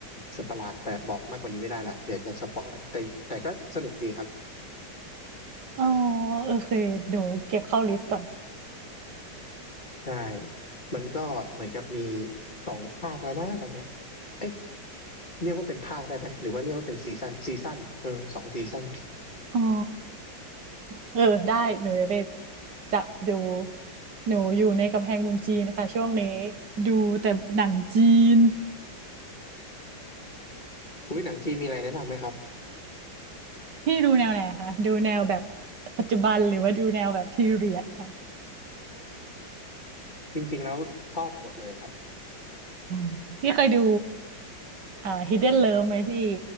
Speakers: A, on the left; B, on the right.
A: สัตว์ประหลาดแต่บอกมากกว่านี้ไม่ได้ละเดี๋ยวจะสปอยแต่แต่ก็สนุกดีครับ
B: อ๋อเออเคยเดีเก็บเข้าลิสต์ก่อน
A: ใช่มันก็เหมือนกับมีสองภาคแล้วนะตอนเนี้ยเอ๊ะเรียกว่าเป็นภาคได้ไหมหรือว่าเรียกว่าเป็นซีซั่นซีซั่นเออสองซีซั่น
B: อ๋อเออได้หนูจะไปจะดูหนูอยู่ในกำแพงเมืองจีนนะคะช่วงนี้ดูแต่หนังจีน
A: อุ้ยหนังจีนมีอะไรแนะนำไหมครับ
B: พี่ดูแนวไหนคะดูแนวแบบปัจจุบันหรือว่าดูแนวแบบพีเรียดค่ะ
A: จริงๆแล้วชอบหมดเลยครับ
B: อ๋อพี่เคยดูอ่า Hidden Love ไหมพี่